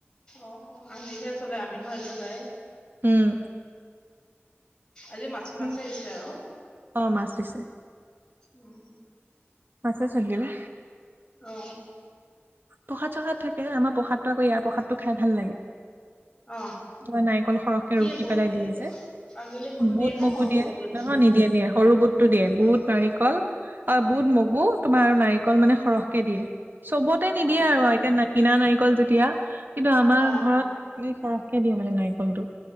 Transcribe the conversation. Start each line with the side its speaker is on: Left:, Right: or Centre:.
Left: অ অ আমিষহে চলে আমিষত এনেও যায় এ
Right: উম
Left: আজি মাছ
Right: সেই
Left: মাছে দিছে আৰু
Right: অ মাছ দিছে
Left: উম্
Right: মাছে চলি দিলে
Left: অ অ
Right: প্ৰসাদ চসাদ থাকে আমাৰ প্ৰসাদটো আকৌ ইয়াৰ প্ৰসাদটো খাই ভাল লাগে
Left: অ
Right: কিবা নাৰিকল সৰহকে
Left: কি
Right: ৰুকি
Left: বুট
Right: পেলাই
Left: দিয়ে
Right: দিলে
Left: তোমাৰ
Right: যে
Left: আৰু বেলেগ বুটো
Right: বুট
Left: দিয়ে নে
Right: মগু
Left: সৰু
Right: দিয়ে
Left: বুটটোৱে
Right: নহয় নিদিয়ে নিয়ে সৰু বুটটো দিয়ে বুত নাৰিকল অ বুট মগু তোমাৰ নাৰিকল মানে সৰহকে দিয়ে চব তাতে নিদিয়ে
Left: অ
Right: আৰু এতিয়া কিনা নাৰিকল যেতিয়া কিন্তু আমাৰ
Left: অ
Right: ঘৰত
Left: অ
Right: এ সৰহ কে দিয়ে মানে নাৰিকলটো